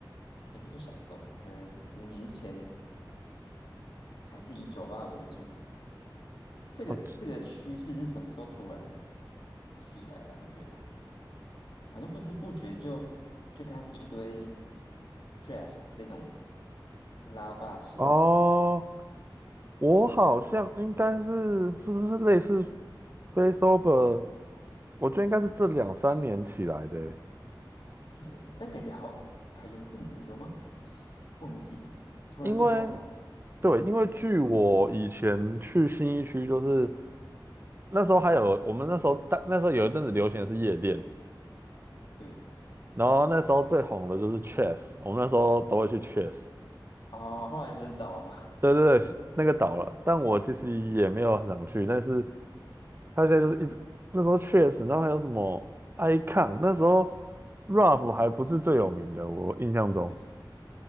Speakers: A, on the left (about 75°); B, on the right (about 30°).
A: 也不是说小时候，可能五年前还是以酒吧为主。诶，这个这个趋势是什么时候突然
B: 哦这
A: 起来了啊？你觉得好像不知不觉就就开始一堆 draft 这种拉霸式的。
B: 哦，我好像应该是是不是类似 Face Sober？我觉得应该是这两三年起来的欸
A: 对，但感觉好啊，有一阵子有吗？忘记了，突然变好好，
B: 因为对，因为据我以前去新一区，就是那时候还有我们那时候大那时候有一阵子流行的是夜店，
A: 对，
B: 然后那时候最红的就是 Chess，我们那时候都会去 Chess。
A: 啊，后来不是倒了吗？
B: 对对对，那个倒了，但我其实也没有很想去，但是他现在就是一直那时候确实，然后还有什么 Icon，那时候 Ruff 还不是最有名的，我印象中，
A: <laughs> 对，